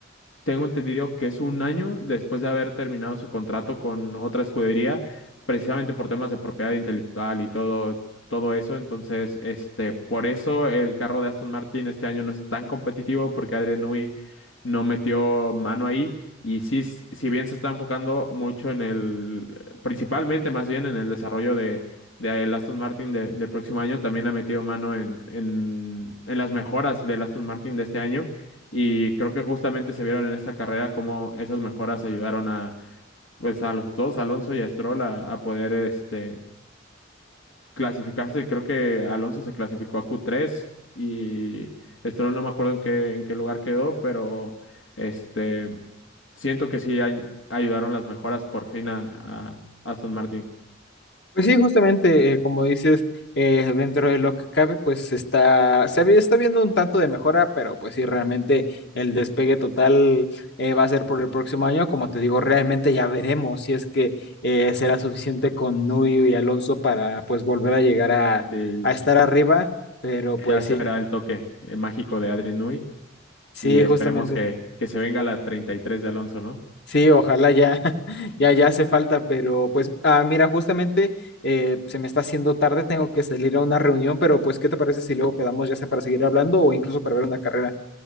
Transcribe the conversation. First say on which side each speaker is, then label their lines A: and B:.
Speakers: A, on the left (about 85°); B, on the left (about 60°).
A: tengo entendido que es un año después de haber terminado su contrato con otra escudería, precisamente por temas de propiedad intelectual y todo, todo eso. Entonces, este, por eso el carro de Aston Martin este año no es tan competitivo porque Adrian Newey no metió mano ahí. Y sí, s- si bien se está enfocando mucho en el, principalmente más bien en el desarrollo de, de el Aston Martin de- del próximo año, también ha metido mano en, en, en las mejoras del Aston Martin de este año. Y creo que justamente se vieron en esta carrera cómo esas mejoras ayudaron a, pues, a los dos, Alonso y a Stroll, a, a poder este, clasificarse. Creo que Alonso se clasificó a Q3 y Stroll no me acuerdo en qué, en qué lugar quedó, pero este, siento que sí ay- ayudaron las mejoras por fin a, a Aston Martin.
B: Pues sí, justamente, eh, como dices, eh, dentro de lo que cabe, pues está, se había- está viendo un tanto de mejora, pero pues sí, realmente el despegue total eh, va a ser por el próximo año. Como te digo, realmente ya veremos si es que eh, será suficiente con Nui y Alonso para pues volver a llegar a,
A: Y
B: a estar arriba, pero pues
A: ya se
B: sí,
A: verá el toque eh, mágico de Adrian Newey
B: sí,
A: y esperemos
B: justamente.
A: que, que se venga la 33 de Alonso, ¿no?
B: Sí, ojalá ya, <laughs> ya, ya hace falta, pero pues, ah, mira, justamente eh, se me está haciendo tarde, tengo que salir a una reunión, pero pues, ¿qué te parece si luego quedamos ya sea para seguir hablando o incluso para ver una carrera?